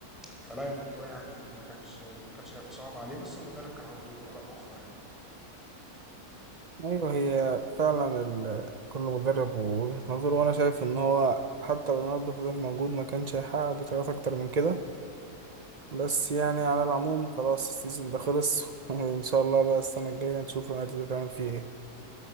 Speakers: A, in the centre; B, on the right (about 45°).
A: فلا الموضوع يعني ما كانش ما كانش هيبقى صعب عليه بس المدرب كان عنده آراء أخرى يعني
B: أيوه هي فعلا ال... كل مدرب ووجهة نظره وأنا شايف إن هو حتى لو رونالدو فضل موجود ما كانش هيحقق بطولات أكتر من كده بس يعني على العموم خلاص السيزون ده خلص <laughs> وإن شاء الله بقى السنة الجاية نشوف النادي ده تعمل فيه إيه